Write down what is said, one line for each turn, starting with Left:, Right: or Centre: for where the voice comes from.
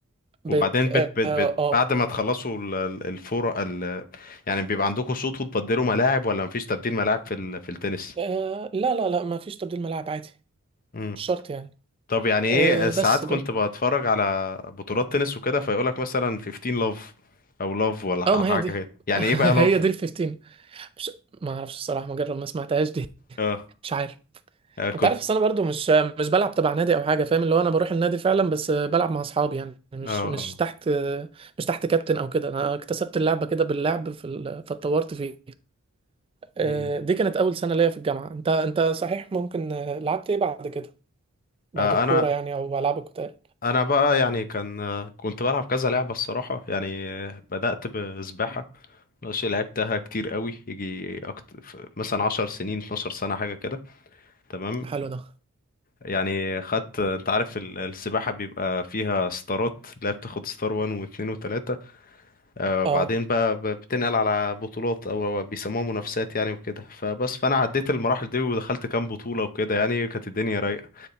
Right: بت
Left: وبعدين بت
Right: اه
Left: بت بت
Right: آه،
Left: بعد ما تخلصوا ال- ال- الفور ال يعني بيبقى عندكم شوط وتبدلوا ملاعب ولا مفيش تبديل ملاعب في ال... في التنس
Right: آه لا لا لا ما فيش تبديل ملاعب عادي
Left: امم
Right: مش شرط يعني
Left: طب يعني ايه
Right: آه
Left: ساعات
Right: بس
Left: كنت
Right: بل
Left: بتفرج على بطولات تنس وكده فيقولك مثلا 15 لاف او لاف ولا ح-
Right: اه ما
Left: حاجه
Right: هي دي
Left: هي. يعني
Right: <laughs>
Left: ايه بقى لاف
Right: هي دي ال 15 مش ما اعرفش الصراحه ما جرب ما سمعتهاش دي
Left: اه
Right: <laughs> مش عارف
Left: آه، كنت
Right: انت عارف بس انا برضو مش مش بلعب تبع نادي او حاجه فاهم اللي هو انا بروح النادي فعلا بس آه، بلعب مع اصحابي يعني مش
Left: اه
Right: مش
Left: اه
Right: تحت آه، مش تحت كابتن او كده انا اكتسبت اللعبه كده باللعب في ال- فاتطورت فيه آه
Left: مم.
Right: دي كانت اول سنه ليا في الجامعه انت انت صحيح ممكن آه، لعبت ايه بعد كده بعد
Left: آه،
Right: الكوره
Left: انا
Right: يعني او العاب القتال
Left: انا بقى يعني كان كنت بلعب كذا لعبه الصراحه يعني بدات بسباحه ماشي لعبتها كتير قوي يجي أكت... ف- مثلا 10 سنين 12 سنه حاجه كده تمام
Right: حلو ده
Left: يعني خدت انت عارف ال- السباحه بيبقى فيها ستارات لا بتاخد ستار 1 و2 و3 وبعدين
Right: اه
Left: بقى ب- بتنقل على بطولات او بيسموها منافسات يعني وكده فبس فانا عديت المراحل دي ودخلت كام بطوله وكده يعني كانت الدنيا رايقه